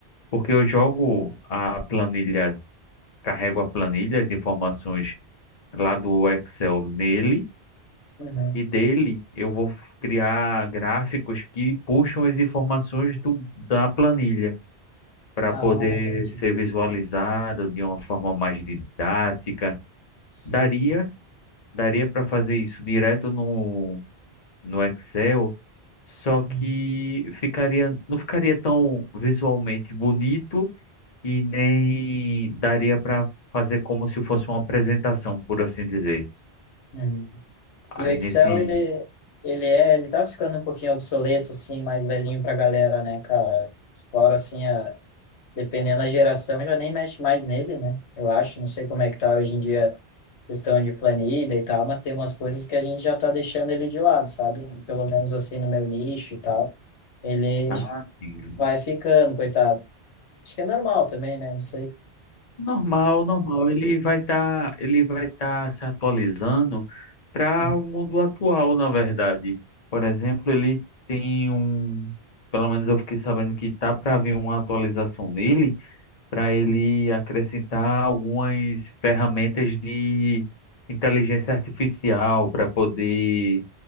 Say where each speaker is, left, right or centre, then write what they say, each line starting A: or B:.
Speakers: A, on the left; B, on the left.
A: Porque eu jogo a planilha, carrego a planilha, as informações lá do Excel nele,
B: Uhum.
A: e dele eu vou criar gráficos que puxam as informações do, da planilha para
B: Ah,
A: poder
B: entendi.
A: ser visualizado de uma forma mais didática.
B: Sim,
A: Daria,
B: sim.
A: daria para fazer isso direto no, no Excel, só
B: Uhum.
A: que ficaria, não ficaria tão visualmente bonito e nem daria para fazer como se fosse uma apresentação, por assim dizer.
B: Hum.
A: Aí
B: E o Excel,
A: nesse,
B: ele, ele é, ele tá ficando um pouquinho obsoleto, assim, mais velhinho pra galera, né, cara? Fora, assim, a- dependendo da geração, já nem mexe mais nele, né? Eu acho, não sei como é que tá hoje em dia questão de planilha e tal, mas tem umas coisas que a gente já tá deixando ele de lado, sabe? Pelo menos, assim, no meu nicho e tal. Ele
A: ah, sim.
B: vai ficando, coitado. Acho que é normal também, né? Não sei.
A: Normal, normal. Ele vai estar, ele vai estar se atualizando para
B: Hum,
A: o mundo atual, na verdade. Por exemplo, ele tem um, pelo menos eu fiquei sabendo que tá para vir uma atualização nele, para ele acrescentar algumas ferramentas de inteligência artificial para poder